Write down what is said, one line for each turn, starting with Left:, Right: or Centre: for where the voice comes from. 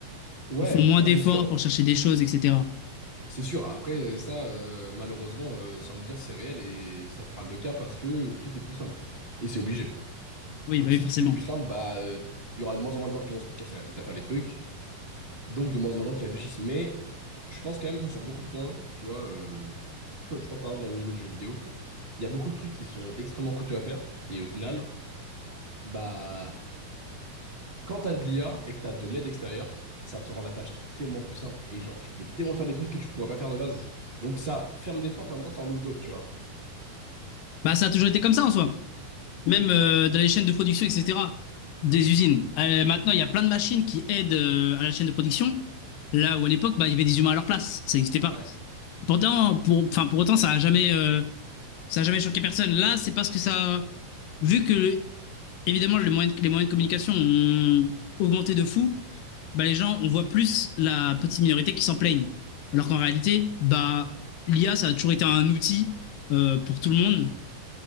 Right: Ouais,
Left: Ils font moins
Right: non,
Left: d'efforts
Right: c'est sûr.
Left: pour chercher des choses, etc.
Right: C'est sûr. Après, ça, euh, malheureusement, euh, ça veut dire c'est réel et ça sera le cas parce que tout est plus simple. Et c'est obligé.
Left: Oui
Right: Donc
Left: bah oui
Right: si
Left: forcément.
Right: tout est plus simple, bah, euh, il y aura de moins en moins de gens qui vont se casser la tête à faire des trucs, donc de moins en moins de gens qui réfléchissent. Mais je pense quand même que sur beaucoup de points, tu vois, euh, je pense par exemple dans le niveau du jeu vidéo, il y a beaucoup de trucs qui sont extrêmement coûteux à faire, et au final, bah, quand t'as de l'IA et que t'as de l'aide extérieure, ça te rend la tâche tellement plus simple, et genre tu peux tellement faire des trucs que tu pourrais pas faire de base. Donc ça ferme des portes et en même temps ça en ouvre d'autres, tu vois.
Left: Bah ça a toujours été comme ça en soi. Même euh, dans les chaînes de production, etc. Des
Right: Mm.
Left: usines. Euh, maintenant il y a plein de machines qui aident euh, à la chaîne de production. Là où à l'époque bah il y avait des humains à leur place, ça n'existait pas.
Right: Ouais.
Left: Pourtant pour enfin pour autant ça a jamais euh, Ça n'a jamais choqué personne. Là, c'est parce que ça. Vu que, évidemment, les moyens de, les moyens de communication ont augmenté de fou, bah, les gens, on voit plus la petite minorité qui s'en plaignent. Alors qu'en réalité, bah, l'IA, ça a toujours été un outil euh, pour tout le monde,